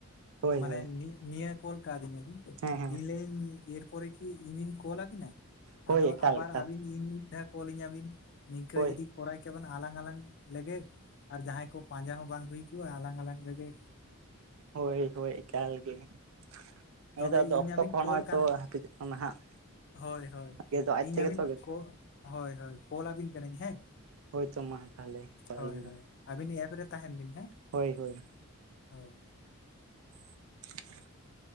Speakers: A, on the right (about 70°); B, on the left (about 50°).
A: ᱦᱳᱭ
B: ᱢᱟᱱᱮ
A: ᱦᱳᱭ
B: ᱱᱤ ᱱᱤᱭᱟᱹ ᱠᱚᱞ ᱠᱟᱶᱫᱤᱧᱟᱹ ᱵᱤᱱ
A: ᱦᱮᱸ ᱦᱮᱸ
B: ᱤᱧ ᱞᱟᱹᱭᱟᱧ ᱮᱨᱯᱚᱨᱮ ᱠᱤ ᱤᱧᱤᱧ ᱠᱚᱞ ᱟᱵᱤᱱᱟ
A: ᱦᱳᱭ
B: ᱟᱫᱚ
A: ᱮᱠᱟᱞ
B: ᱟᱵᱟᱨ
A: ᱮᱠᱟᱞ
B: ᱟᱹᱵᱤᱱ ᱤᱧ ᱢᱤᱫ ᱫᱷᱟᱣ ᱠᱚᱞᱤᱧᱟᱹ ᱵᱤᱱ ᱱᱤᱝᱠᱟᱹ
A: ᱦᱳᱭ
B: ᱡᱩᱚᱫᱤ ᱠᱚᱨᱟᱭ ᱠᱮᱵᱚᱱ ᱟᱞᱟᱝ ᱟᱞᱟᱝ ᱞᱮᱜᱮ ᱟᱨ ᱡᱟᱦᱟᱸᱭ ᱠᱚ ᱯᱟᱸᱡᱟ ᱦᱚᱸ ᱵᱟᱝ ᱦᱩᱭ ᱠᱚᱜᱼᱟ ᱟᱞᱟᱝ ᱟᱞᱟᱝ ᱞᱮᱜᱮ
A: ᱦᱳᱭ ᱦᱳᱭ ᱮᱠᱟᱞ ᱜᱮ ᱦᱮᱸᱛᱚ
B: ᱛᱚᱵᱮ
A: ᱟᱫᱚ
B: ᱤᱧ
A: ᱚᱠᱛᱚ
B: ᱟᱹᱵᱤᱱ
A: ᱠᱚᱦᱚᱸ
B: ᱠᱚᱞ
A: ᱱᱚᱜᱼᱚᱭ
B: ᱠᱟ
A: ᱛᱚ ᱦᱟᱹᱯᱤᱫᱚᱜ ᱠᱟᱱᱟ ᱦᱟᱸᱜ
B: ᱦᱳᱭ ᱦᱳᱭ
A: ᱜᱮᱫᱚ ᱟᱡ
B: ᱤᱧ
A: ᱛᱮᱜᱮ
B: ᱟᱹᱵᱤᱱ
A: ᱛᱚ
B: ᱦᱳᱭ ᱦᱳᱭ ᱠᱚᱞ ᱟᱹᱵᱤᱱ ᱠᱟᱹᱱᱟᱹᱧ ᱦᱮᱸ
A: ᱦᱳᱭ ᱛᱚ ᱢᱟ ᱛᱟᱦᱚᱞᱮ ᱠᱚᱞ
B: ᱦᱳᱭ
A: ᱟᱹᱞᱤᱧ ᱵᱮᱱ
B: ᱦᱳᱭ ᱟᱹᱵᱤᱱ ᱮᱯ ᱨᱮ ᱛᱟᱦᱮᱸᱱ ᱵᱤᱱ ᱦᱮᱸ
A: ᱦᱳᱭ ᱦᱳᱭ
B: ᱦᱚᱭ
A: <inaudible>